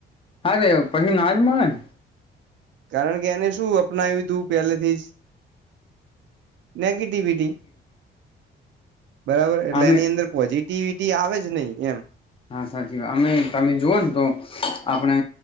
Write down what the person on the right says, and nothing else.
કારણ કે, એને શું અપનાવ્યું તુ પહેલેથી જ નેગેટિવિટી બરાબર એટલે
એની અંદર પોઝિટિવિટી આવે જ નહી, એમ